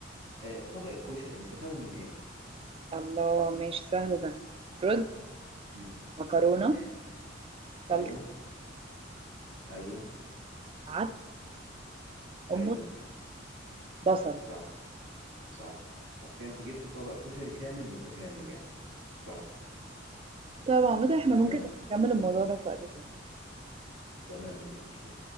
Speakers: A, on the right; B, on the right.
A: آه، طبق الكشري متكون من ايه
B: الله ماشي سهل ده رز
A: مم.
B: مكرونه
A: مم.
B: صلصه
A: ايوه ايوه
B: عدس حمص
A: ايوه
B: بصل
A: صح صح صح كانت جبتي طبق كشري كامل متكامل يعني صح
B: طب عامة احنا
A: تمام
B: ممكن نبقى نكمل الموضوع ده في وقت تاني
A: تمام مفيش مشكله